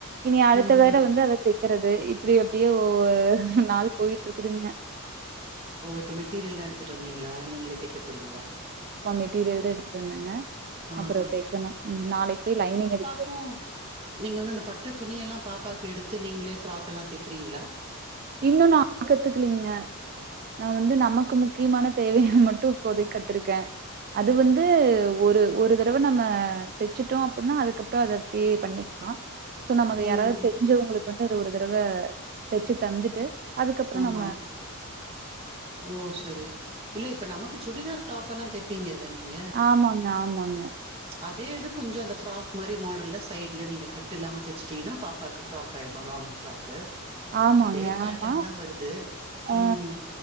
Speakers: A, on the right; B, on the right.
A: இனி அடுத்த
B: ம்ஹ்ம்.
A: வேளை வந்து அத தைக்கறது இப்படி அப்படியே ஒவ்வோர் நாள் போயிட்டு இருக்குதுங்க
B: ஓ இப்போ மெட்டீரியல் தான் எடுத்துட்டு வந்தீங்களா நீங்களே தைக்க போறீங்களா
A: ஆ மெட்டீரியல் தா எடுத்துட்டு வந்தேங்க
B: ஆஹா.
A: அப்புறம் தைக்கணும் ம் நாளைக்கு போய் லைனிங் எடுத்து
B: ஆ நீங்க வந்து அந்த பட்டு துணியெல்லாம் பாப்பாக்கு எடுத்து நீங்களே ஃப்ராக் எல்லாம் தைக்கிறீங்களா
A: இன்னும் நா கத்துக்கலீங்க நான் வந்து நமக்கு முக்கியமான தேவைகள் மட்டும் இப்போதைக்கு கத்திருக்கேன் அது வந்து ஒரு ஒரு தடவ நம்ம தச்சுட்டோ அப்டின்னா அதுக்கப்பறோ அத அப்டியே பண்ணி ஆ சோ நம்ம அங்க
B: ம்.
A: யாராவது தெரிஞ்சவங்களுக்கு வந்து அத ஒரு தடவ தைச்சு தந்துட்டு அதுக்கப்றோ
B: ஆமா
A: நம்ம
B: ஓ செரி இல்ல இப்ப நமக்கு சுடிதார் டாப் எல்லா தைப் பீங்களே நீங்க
A: ஆமாங்க
B: ஆமா
A: ஆமாங்க
B: அதே இது கொஞ்சோ அந்த ஃப்ராக் மாரி மாடல்ல சைடில நீங்க கட்டு இல்லாம தைச்சுட்டீங்கன்னா பாப்பாக்கு ஃப்ராக் காயிடு லாங் ஃப்ராக்கு
A: ஆமாங்க.
B: அதே பேட்டர்ன்
A: ஆமா.
B: தா வருது
A: ஆ
B: ம்.